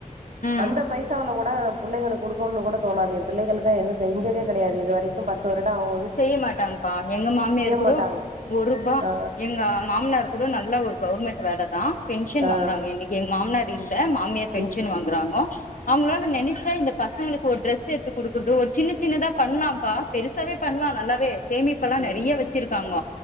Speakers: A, on the right; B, on the left.
A: அந்த
B: ம்
A: பைசாவுல கூட புள்ளைகளுக் குடுக்கணும்னு கூட தோணாது ஏ பிள்ளைகளுக்க எது செஞ்சதே கெடையாது இது வரைக்கு பத்து வருட ஆவது
B: செய்ய மாட்டாங்கப்பா எங்க மாமியார் இருக்கடு
A: மாட்டாங்க
B: ஒரூபா
A: ஆ
B: எங்க மாமனார் இரு கூட நல்ல ஒரு கவர்மெண்ட் வேல தா. பென்ஷன்
A: ஆ
B: வாங்குறாங்க இன்னைக்கு எங்க மாமனர் இல்ல மாமியார் பென்ஷன்
A: ம்
B: வாங்குறாங்கோ அவங்களால நினைச்சா இந்த பசங்களுக்கு ஒரு ட்ரெஸ் எடுத்து குடுக்குறது ஒரு சின்ன சின்னதா பண்ணலாம்ப்பா பெருசாவே பண்ணலா நல்லாவே சேமிப்ப எல்லா
A: ம்
B: நெறைய வச்சிருக்காங்க